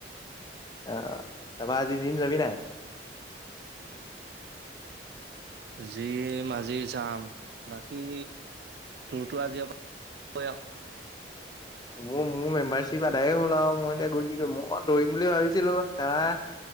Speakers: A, on the left; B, on the right.
A: অ', তাৰপা আজি জিম যাবি নাই?
B: জিম আজি যাম, বাকী তোৰতো আজি আৰু <unintelligible>
A: মো-মোৰ মেমবাৰ <unintelligible> আদায়ে হ'ল আৰু মই এতিয়া গৈ কি কৰিম। মই দৌৰিম বুলি ভাবিছিলো আহ,